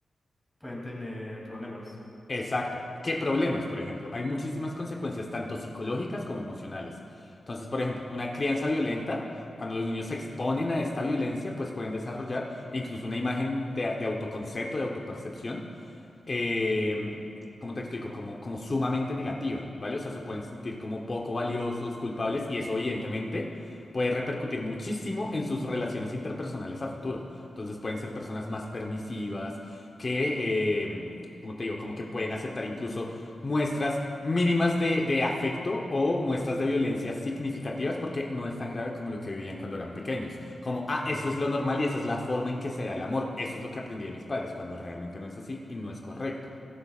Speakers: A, in the centre; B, on the left (about 35°).
A: pueden tener problemas.
B: Exacto. ¿Qué problemas, por ejemplo? Hay muchísimas consecuencias, tanto psicológicas como emocionales. Entonces, por ejemplo, una crianza violenta, cuando los niños se exponen a esta violencia, pues pueden desarrollar incluso una imagen de, de autoconcepto, de autopercepción eh, ¿cómo te explico? Como, como sumamente negativa, ¿vale? O sea, se pueden sentir como poco valiosos, culpables, y eso evidentemente puede repercutir muchísimo en sus relaciones interpersonales a futuro. Entonces pueden ser personas más permisivas, que, eh, como te digo, como que pueden aceptar incluso muestras mínimas de, de afecto o muestras de violencia significativas porque no es tan grave como lo que vivían cuando eran pequeños. Como, ah,
A: Sí.
B: eso es lo normal y esa es la forma en que se da el amor. Eso es lo que aprendí de mis padres, cuando realmente no es así y no es correcto.